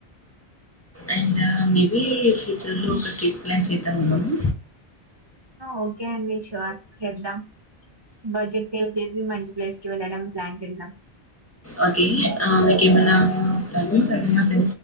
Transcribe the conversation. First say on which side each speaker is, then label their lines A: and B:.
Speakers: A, on the left; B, on the right.
A: అండ్ మేబి ఫ్యూచర్ లో ఒక ట్రిప్ ప్లాన్ చేద్దాము ఉన్నాను
B: ఓకే అండి షూర్ చేద్దాం బడ్జెట్ సేవ్ చేసి మంచి ప్లేస్కి వెళ్ళడం ప్లాన్ చేం
A: ఓకే ఆ మీకేమైనా క